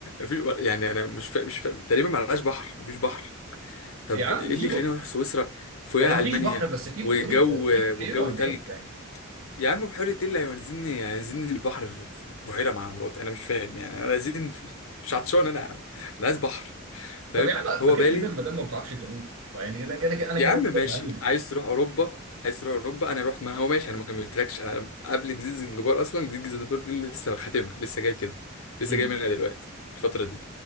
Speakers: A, on the left; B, on the right.
A: في يعني انا مش فاهم مش فاهم تقريبا ما لهاش بحر مفيش بحر طب
B: يا عم
A: ايه اللي
B: في
A: يخليني اروح سويسرا فوقها
B: هو ما
A: المانيا
B: فيش بحر بس في
A: والجو
B: بحيرة
A: والجو
B: في بحيرة هناك
A: تلج
B: يعني
A: يا عم بحيرة ايه اللي هينزلني هينزلني البحر في بحيرة مع مراتي انا مش فاهم يعني انا عايزين <laughs> مش عطشان انا يا عم انا عايز بحر فاهم
B: طب يا عم
A: هو
B: ما كده
A: بالي
B: كده ما دام ما بتعرفش تعوم يعني انا كده كده انا
A: يا
B: كده
A: عم
B: كده
A: ماشي
B: بهندل
A: عايز تروح اوروبا عايز تروح اوروبا انا اروح ما هو ماشي انا ما كملتلكش انا قبل جزيرة زنجبار اصلا جزيرة زنجبار دي لسه خاتمها لسه جاي كده لسه
B: امم
A: جاي منها دلوقتي الفترة دي